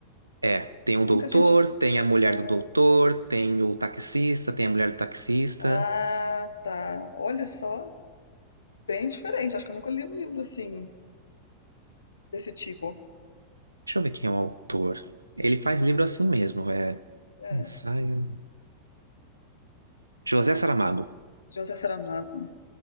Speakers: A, on the right; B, on the left.
A: É, tem o
B: Como
A: doutor,
B: que a gente.
A: tem a mulher
B: Ah,
A: do doutor, tem o taxista, tem a mulher do taxista.
B: ah, tá. Olha só, bem diferente. Acho que eu nunca li um livro assim, desse tipo.
A: Deixa eu ver quem é o autor. Ele faz livro assim mesmo, é.
B: É.
A: Ensaio. José Saramago.
B: José Saramago.